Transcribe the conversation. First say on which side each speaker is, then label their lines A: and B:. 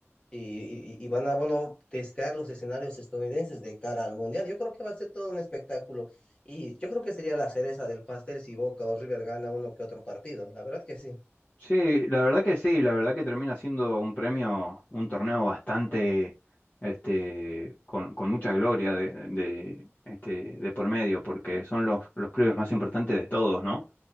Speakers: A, on the left; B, on the left.
A: y, y- y van a, bueno, testear los escenarios estadounidenses de cara al Mundial. Yo creo que va a ser todo un espectáculo y yo creo que sería la cereza del pastel si Boca o River gana uno que otro partido. La verdad que sí.
B: Sí, la verdad que sí, la verdad que termina siendo un premio, un torneo bastante, este, con, con mucha gloria de, de, este, de por medio, porque son los, los clubes más importantes de todos, ¿no?